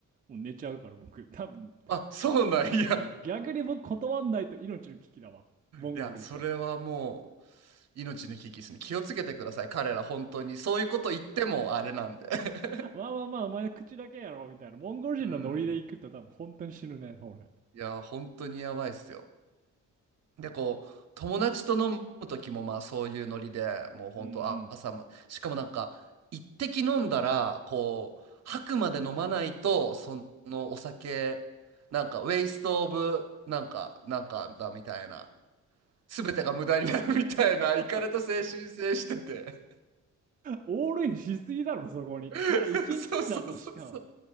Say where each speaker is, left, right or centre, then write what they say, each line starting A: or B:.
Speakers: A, on the right; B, on the right.
A: もう寝ちゃうから僕、多分
B: あ、そうなんや。<laughs> い
A: お逆に僕断んないと命の危機だわ。モンゴル行ったら。
B: や、それはもう命の危機ですね。気をつけてください。彼ら本当にそういうこと言ってもあれなんで。<laughs>
A: まあまあまあ、お前口だけやろ、みたいな。モンゴル人のノリで行くと多分本当に死ぬね、
B: うん。
A: 俺。
B: いや、本当にやばいっすよ。で、こう、友達と飲む時も、まあ、そういうノリで、もう本当、
A: うんうん。
B: あ朝ま、しかもなんか、一滴飲んだら、こう、吐くまで飲まないと、そのお酒、なんか、ウェイストオブ、なんか、なんかだみたいな、すべてが無駄になるみたいな、
A: <laughs>
B: いかれた精神性してて。
A: オールインしすぎだろ、そこに。
B: <laughs>
A: まだ1日目だぞ、
B: そうそうそうそう。
A: しかも。